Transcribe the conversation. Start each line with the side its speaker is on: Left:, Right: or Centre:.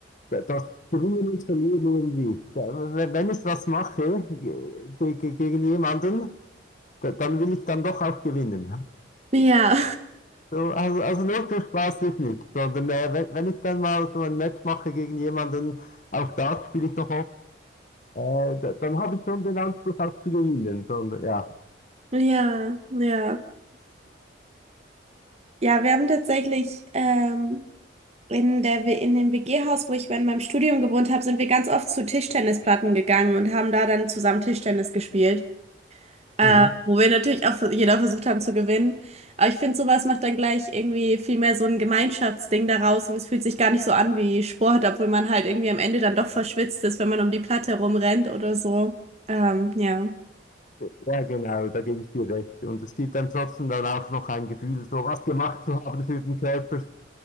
Left: da- das Gewinnen und Verlieren irgendwie. Da- Wenn wenn ich was mache ge- ge- ge- gegen jemanden, da- dann will ich dann doch auch gewinnen.
Right: Ja,
Left: So, also, also nur für Spaß ist nicht, sondern äh, wenn, wenn ich dann mal so ein Match mache gegen jemanden, auch da spiele ich noch oft. Äh, da, dann habe ich schon den Anspruch auch zu gewinnen. sondern ja.
Right: <laughs> ja, ja. Ja, wir haben tatsächlich ähm, In der, W- in dem WG-Haus, wo ich während meinem Studium gewohnt habe, sind wir ganz oft zu Tischtennisplatten gegangen und haben da dann zusammen Tischtennis gespielt. Äh,
Left: Mhm.
Right: wo wir natürlich auch vers- jeder versucht haben zu gewinnen. Aber ich finde, sowas macht dann gleich irgendwie viel mehr so ein Gemeinschaftsding daraus und es fühlt sich gar nicht so an wie Sport, obwohl man halt irgendwie am Ende dann doch verschwitzt ist, wenn man um die Platte rumrennt oder so. Ähm, ja.
Left: Ja, genau, da gebe ich dir recht. Und es gibt einem trotzdem dann auch noch ein Gefühl, so was gemacht zu haben für den Körper.